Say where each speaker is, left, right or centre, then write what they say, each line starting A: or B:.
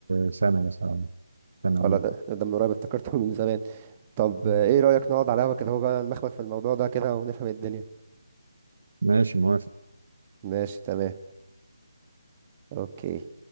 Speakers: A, on the right (about 60°); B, on the right (about 25°).
A: سنة مثلا سنة
B: ولا
A: أوي
B: ده ده من قريب افتكرته <laughs> من زمان طب
A: مم.
B: آه، ايه رأيك نقعد على قهوة كده هو بقى نمخمخ في الموضوع ده كده ونفهم الدنيا
A: ماشي موافق
B: ماشي تمام اوكي